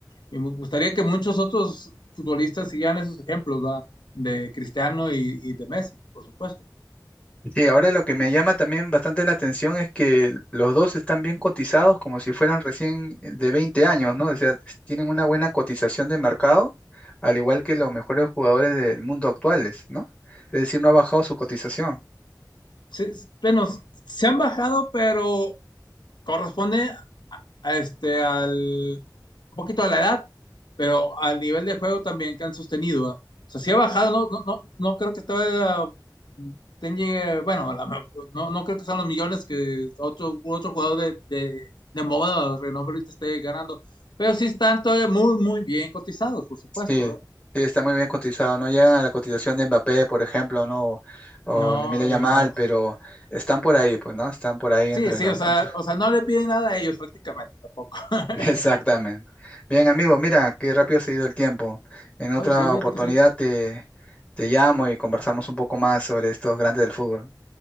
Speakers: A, on the left; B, on the left.
A: y me gustaría que muchos otros futbolistas sigan esos ejemplos, ¿verdad? De Cristiano y, y de Messi, por supuesto.
B: Sí, ahora lo que me llama también bastante la atención es que los dos están bien cotizados como si fueran recién eh, de 20 años, ¿no? O sea, s- tienen una buena cotización de mercado, al igual que los mejores jugadores del mundo actuales, ¿no? Es decir, no ha bajado su cotización.
A: Sí, bueno, se han bajado, pero corresponde a- a este, al, un poquito a la edad, pero al nivel de juego también que han sostenido. ¿ah? O sea, si ha bajado, no, no, no, no creo que estaba, ten- llegue- bueno, a la me- no, no creo que sean los millones que otro, otro jugador de, de, de moda, de renombre ahorita esté ganando, pero sí están todavía muy, muy bien cotizados, por supuesto,
B: Sí,
A: ¿verdad?
B: sí, está muy bien cotizado. No llegan a la cotización de Mbappé, por ejemplo, ¿no? O
A: No,
B: Lamine Yamal,
A: y- o-
B: pero están por ahí, pues, ¿no? Están por ahí
A: sí,
B: entre
A: sí,
B: los,
A: o sea,
B: entre
A: o sea, no le piden nada a ellos prácticamente tampoco. <laughs>
B: Exactamente. Bien, amigo, mira, qué rápido se ha ido el tiempo. En otra
A: Oye, sí, fíjate
B: oportunidad
A: que sí.
B: te, te llamo y conversamos un poco más sobre estos grandes del fútbol.